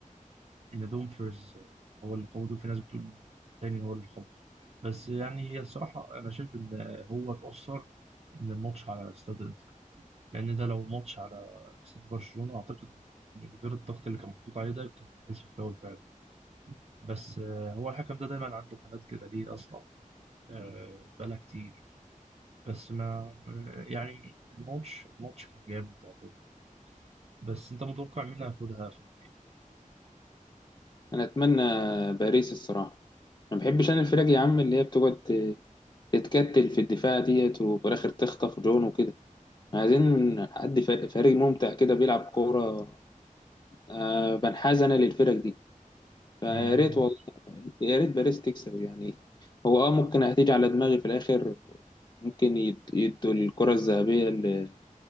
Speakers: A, on the right; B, on the left.
A: ان دومفرز هو اللي خبطه وفي ناس بتقول تاني هو اللي خبطه بس يعني هي الصراحه انا شايف ان هو اتاثر ان الماتش على استاد انتر لان ده لو ماتش على استاد برشلونه اعتقد من غير الضغط اللي كان محطوط عليه ده كانت هتتحسب فاول فعلا بس آه، هو الحكم ده دايما عنده حالات كده ليه اصلا آه، بقالها كتير بس ما يعني الماتش الماتش كان جامد عموما، بس انت متوقع مين اللي هياخدها في النهاية
B: انا اتمنى باريس الصراحة ما بحبش انا الفرق يا عم اللي هي بتقعد آه، تتكتل في الدفاع ديت وفي الاخر تخطف جون وكده عايزين حد فر- فريق ممتع كده بيلعب كورة آه، بنحاز انا للفرق دي فيا
A: آه
B: ريت
A: وانا
B: والله
A: برضه
B: يا ريت باريس تكسب يعني هو اه ممكن هتيجي على دماغي في الاخر ممكن يد- يدوا الكرة الذهبية ل-